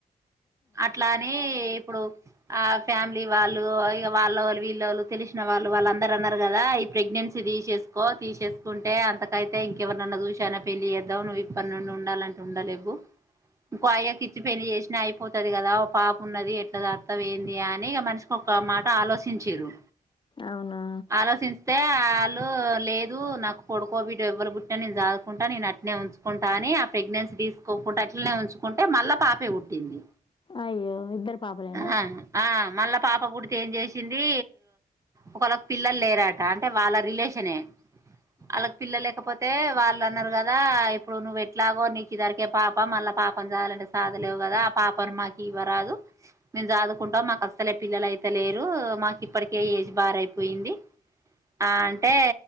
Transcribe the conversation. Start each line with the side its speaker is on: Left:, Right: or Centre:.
Right: అట్లా అని ఇప్పుడు ఆ ఫ్యామిలీ వాళ్ళు ఇగ వాళ్ళ వాళ్ళు వీళ్ళ వాళ్ళు తెలిసిన వాళ్ళు వాళ్ళందరరు అన్నారు కదా ఈ ప్రెగ్నెన్సీ తీసేసుకో తీసేసుకుంటే అంతకైతే ఇంకెవరన్నా చూసి చనా పెళ్లిి చేద్దాం నువ్వు ఇప్పటి నుండి ఉండాలంటే ఉండా లేవు ఇంకో ఆయనకిచ్చి పెళ్లి చేసినా అయిపోతది కదా ఓ పాప ఉన్నది ఎట్లా సాక్తావ్ ఏంది అని ఇగ మనిషికి కో ఒక మాట ఆలోచింరు
Left: అవునా
Right: ఆలోచిస్తే వాళ్ళు లేదు నాకు కొడుకోబిడ ఎవ్వరు పుట్టటిన నేను సాదు కుంట నేను అట్నే ఉంచుకుంటా అని ఆ ప్రెగ్నెన్సీ తీసుకోకుంంటడా అట్లనే ఉంచుకుంటే మళ్ళా పాపే పుట్టింది
Left: అయ్యో ఇద్దరు పాపలేనా
Right: ఆ ఆ మళ్ళా పాప పుడితే ఏం చేసింది ఒకళ్ళకి పిల్లలు లేరాట అంటే వాళ్ళ రిలేషనే వాళ్ళకి పిల్ల లేకపోతే వాళ్ళ అన్నారు కదా ఇప్పుడు నువ్వు ఎట్లాగో నీకు ఈదారికే పాప మళ్ళా పాప సాదాలంటే సాధ లేవు కదా ఆ పాప మాకి ఇవ్వరాదు మేము జదువుకుంటా మాకి అసలే పిల్లలయితే లేరు మాకు ఇప్పటికే ఏజ్ బార్ అయిపోయింది ఆ అంటే